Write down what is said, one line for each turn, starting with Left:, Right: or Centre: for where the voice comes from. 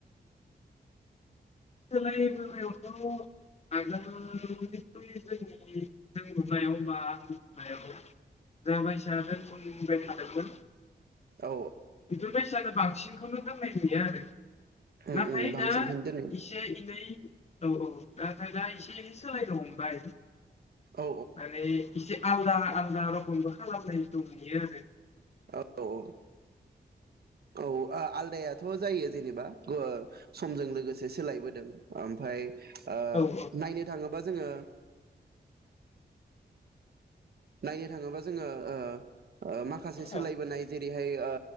Left: सोलायबोनायावथ' आगोल जोंनि जों नुनायाव बा आं मिथिनायाव जा बायसाया दोनथोमबाय थादोंमोन
Right: औ
Left: बिफोर बासया बांसिनखौनो दोननाय नुयो आरो
Right: उम
Left: नाथाय
Right: उम बांसिनखौनो
Left: दा
Right: दोनो
Left: एसे एनै औ औ दा दा एसे एनै सोलायनो हमबाय।
Right: औ
Left: माने इसे आलदा आलदा रखमबो खालामनाय दं नुयो आरो।
Right: औ औ। औ आलदायाथ' जायो जेनेबा समजों लोगोसे सोलायबोदों ओमफ्राय ओ
Left: आरो औ
Right: नायनो थाङोबा जोङो नायनो थाङोबा जोङो ओ माखासे सोलायबोनाय
Left: औ
Right: जेरै बिहाय ओ